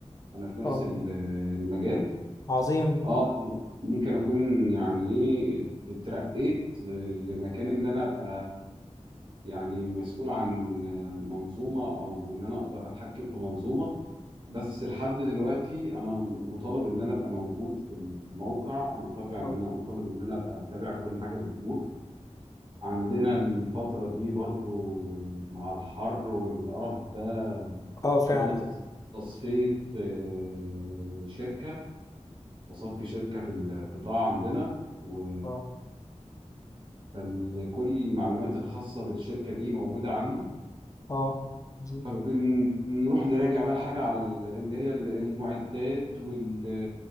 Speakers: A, on the right; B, on the left.
A: انا في نفس
B: اه
A: ال- المجال
B: عظيم
A: اه ممكن اكون يعني ايه اترقيت لمكان ان انا ابقى يعني مسؤول عن منظومة او ان انا اقدر اتحكم في منظومة بس لحد دلوقتي انا مطالب ان انا ابقى موجود في الموقع مطالب ان
B: اه
A: انا مطالب ان انا ابقى متابع كل حاجة بتدور عندنا الفترة دي برضو مع الحر والقرف ده
B: اه فعلا
A: شغل تص- تصفية آه، شركة بصفي شركة في القطاع عندنا و...
B: اه
A: فكل المعلومات الخاصة بالشركة دي موجودة عندي
B: اه عظيم.
A: فبنروح نراجع بقى الحاجة على ال- اللي هي ال- المعدات وال...